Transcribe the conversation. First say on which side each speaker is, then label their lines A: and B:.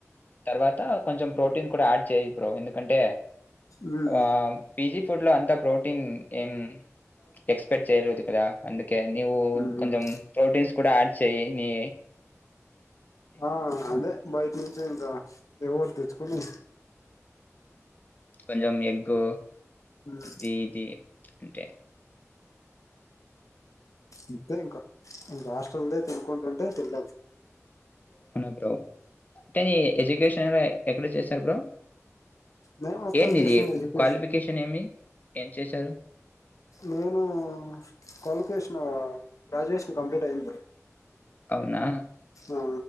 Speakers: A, on the left (about 35°); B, on the left (about 80°).
A: తర్వాత కొంచెం ప్రోటీన్ కూడా యాడ్ చేయ బ్రో ఎందుకంటే
B: మ్మ్
A: ఆ పీజీ ఫుడ్ లో అంతా ప్రో న్ ఎం ఎక్స్పెక్ట్ చేయరుదుకురా అందు
B: మ్మ్
A: కొంచెం ప్రోటీన్స్ కూడాడ్ చెయ ని
B: ఆ అదే బయట నుంచి ఇంకా ఎరు తెచ్చుకోని
A: కొంచం ఎగ్గూ
B: మ్మ్
A: దీటి అంటే
B: అంతే ఇంకా ఇం హష్ట్రల్దే తినుకుంటుంటే తినలేము
A: ఆవున బ్రో అంటే నీ ఎడ్యుకేషన్ ఎక్కడ చేశారు బ్రో
B: నే మొత్తం
A: ఏంటిది
B: చేసింది ఎడ్యుకేషన్
A: క్వాలిఫికేషన్ ఏమి ఎం చేసారు
B: నేను కొల్కష్ గ్రాడుయేషన్ కంప్లీట్ అయి్యంది
A: అవునా
B: ఆ